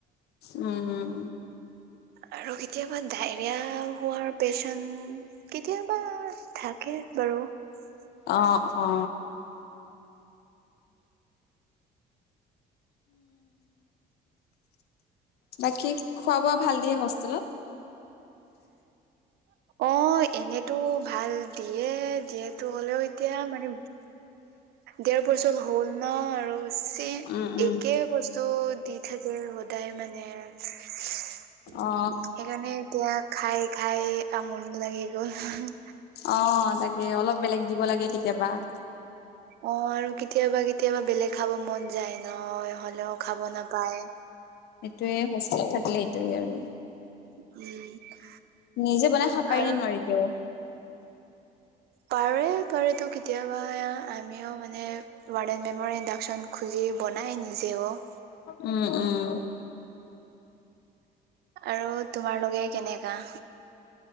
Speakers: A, on the left; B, on the right.
A: উম উম
B: আৰু কেতিয়াবা ডায়ৰিয়া হোৱাৰ পেচেণ্ট কেতিয়াবা থাকে বাৰু ।
A: অ অ। বাকী খোৱা বোৱা ভাল দিয়ে হষ্টেলত?
B: অ', এনেতো ভাল দিয়ে দিয়েটো, হ'লেও এতিয়া মানে দেৰ বছৰ হ'ল ন আৰু চ
A: উম উম
B: একে বস্তু দি থাক - সদায় মানে । সেইকাৰণে
A: অ
B: এতিয়া খাই খাই আমনি লাগি গ'ল ।
A: অ তাকে অলপ বেলেগ দিব লাগে কেতিয়াবা ।
B: অ আৰু কেতিয়াবা কেতিয়াবা বেলেগ খাব মন যায় ন হলেও খাব নাপায়।
A: সেইটোৱে হোষ্টেলত থাকিলে এইটোৱে আৰু ।
B: উম।
A: নিজে বনাই খাব পাৰি
B: আৰু
A: ন নোৱাৰি তেওঁ?
B: পাৰে পাৰে ত কেতিয়াবা আমিও মানে ৱাৰ্দেন মেমৰ ইডাকচন খুজি বনাই নিজেও ।
A: উম উম।
B: আৰু তোমাৰ লগে কেনেকা